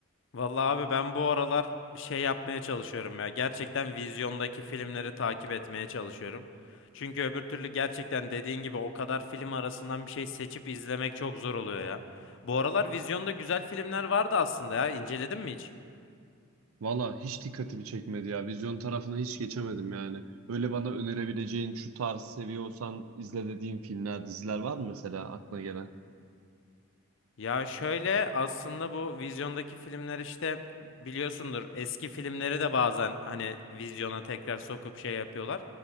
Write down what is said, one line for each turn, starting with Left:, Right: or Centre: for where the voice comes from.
Left: Vallahi abi ben bu aralar şey yapmaya çalışıyorum ya. Gerçekten vizyondaki filmleri takip etmeye çalışıyorum. Çünkü öbür türlü gerçekten dediğin gibi o kadar film arasından bir şey seçip izlemek çok zor oluyor ya. Bu aralar vizyonda güzel filmler vardı aslında ya. İnceledin mi hiç?
Right: Valla hiç dikkatimi çekmedi ya. Vizyon tarafına hiç geçemedim yani. Öyle bana önerebileceğin şu tarz seviyorsan izle dediğin filmler, diziler var mı mesela aklına gelen?
Left: Ya şöyle aslında bu vizyondaki filmler işte biliyorsundur eski filmleri de bazen hani vizyona tekrar sokup şey yapıyorlar.